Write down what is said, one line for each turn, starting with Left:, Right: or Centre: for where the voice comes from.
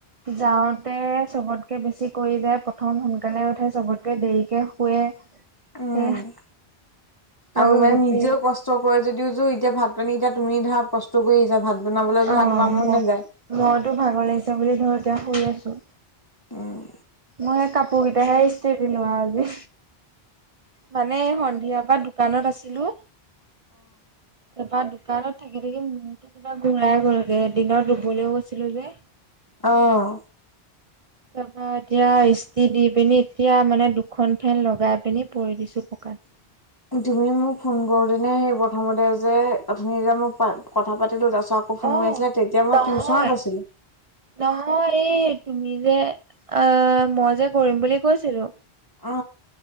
Right: যাওঁতে চবতকে বেছি কৰি যায়। প্ৰথম সোনকালে উঠে। চবতকে দেৰিকে শুৱে।
Left: উম।
Right: এ আকৌ
Left: আৰু মানে
Right: গোটেই
Left: নিজেও কচ কষ্ট কৰে, যদিও এতিয়া ভাত- পানী এতিয়া, তুমি ধৰা কষ্ট কৰি আহিছা। ভাত বনাবলৈ ধৰা
Right: অহ।
Left: তোমাৰ
Right: মই
Left: মন
Right: মইতো
Left: নাযায়।
Right: ভাগৰ লাগিছে বুলি ধৰ এতিয়া শুই আছো।
Left: উম।
Right: মই সে কাপোৰ কেইটাহে ইষ্ট্ৰি দিলো আও আজি। মানে এই সন্ধিয়াৰ পৰা দোকানত আছিলো। তাৰপা দোকানত থাকি -থাকি মূৰটো কিবা ঘূৰাই গলগে। দিনত ৰুবলৈও গৈছিলো যে।
Left: অহ।
Right: তাৰ পৰা এতিয়া ইষ্ট্ৰি দি পিনি, এতিয়া মানে দুখন ফেন লগাই পিনি পৰি দিছো, পকাত।
Left: তুমি মোক ফোন কৰোতেনে, সেই প্ৰথমতে যে অথনি যে মই কথা পাতিলো তাছত ফোন
Right: অ',
Left: মাৰি আছিলে, তেতিয়া মই
Right: নহয়
Left: টিউচনত আছিলো।
Right: নহয়, এই তুমি যে, আহ! মই যে কৰিম বুলি কৈছিলো
Left: অ